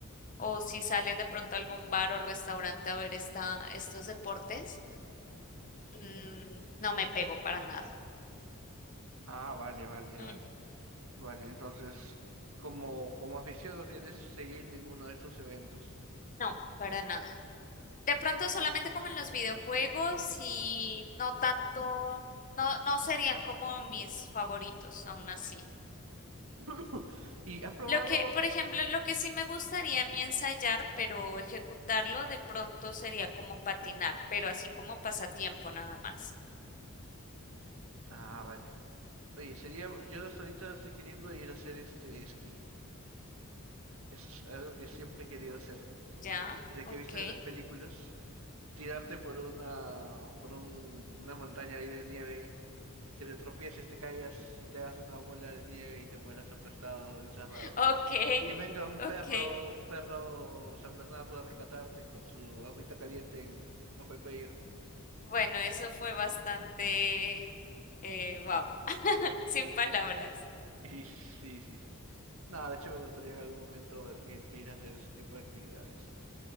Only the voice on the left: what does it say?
o si salen de pronto a algún bar o restaurante a ver esta, estos deportes. Mm, no me pego para nada.
Mm,
no, para nada. De pronto solamente como en los videojuegos y no tanto, no, no serían como mis favoritos, aún así.
Lo que, por ejemplo, lo que sí me gustaría a mí ensayar, pero ejecutarlo de pronto sería como patinar, pero así como pasatiempo nada más.
¿Ya?
Ok,
<laughs> ok,
ok.
Bueno, eso fue bastante, eh, wow, <laughs> sin palabras.